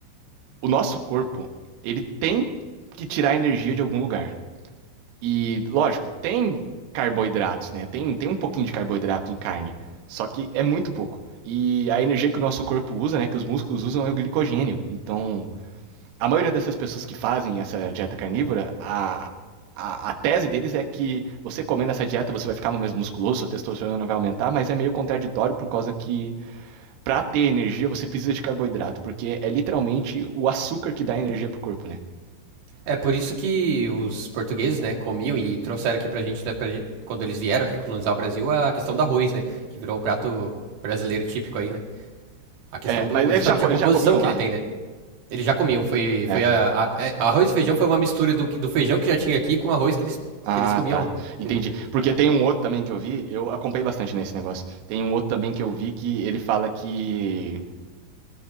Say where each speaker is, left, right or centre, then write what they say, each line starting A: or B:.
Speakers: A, on the right; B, on the right.
A: o nosso corpo, ele tem que tirar energia de algum lugar. E, lógico, tem carboidratos, né? Tem, tem um pouquinho de carboidrato em carne, só que é muito pouco. E a energia que o nosso corpo usa, né, que os músculos usam, é o glicogênio. Então, a maioria dessas pessoas que fazem essa dieta carnívora, a, a, a tese deles é que você comendo essa dieta você vai ficar mais musculoso, sua testosterona vai aumentar, mas é meio contraditório por causa que, para ter energia, você precisa de carboidrato, porque é literalmente o açúcar que dá energia pro corpo, né?
B: É por isso que os portugueses, né, comiam e trouxeram aqui pra gente, né, pra- gen- quando eles vieram aqui colonizar o Brasil, a questão do arroz, né, que virou o prato brasileiro típico aí, né? A questão
A: É,
B: do,
A: mas eles
B: justamente
A: já,
B: a composição
A: eles já comiam
B: que
A: lá?
B: ele tem, né? Ele já comia foi,
A: É.
B: foi a, a- é, arroz e feijão foi uma mistura do, que- do feijão que já tinha aqui com arroz que eles,
A: Ah,
B: que eles comiam
A: tá.
B: lá, entendeu?
A: Entendi. Porque tem um outro também que eu vi, eu acompanhei bastante nesse negócio. Tem um outro também que eu vi que ele fala que